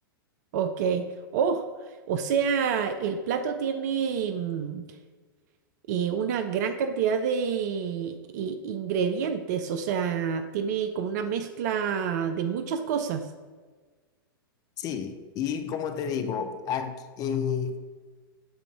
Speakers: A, on the right; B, on the left.
A: ok. Oh, o sea, el plato tiene mm, eh, una gran cantidad de i- ingredientes, o sea, tiene como una mezcla de muchas cosas.
B: Sí, y como te digo, aquí, eh,